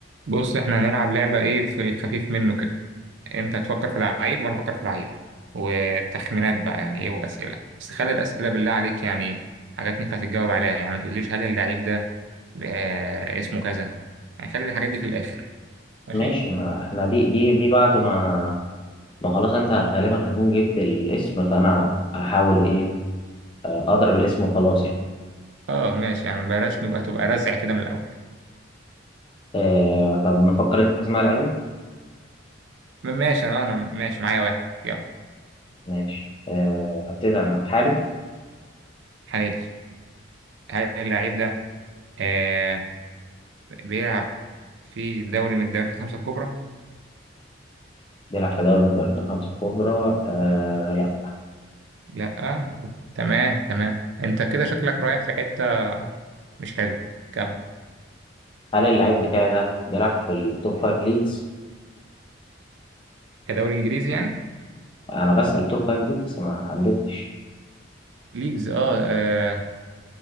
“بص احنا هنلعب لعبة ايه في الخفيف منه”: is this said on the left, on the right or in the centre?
Right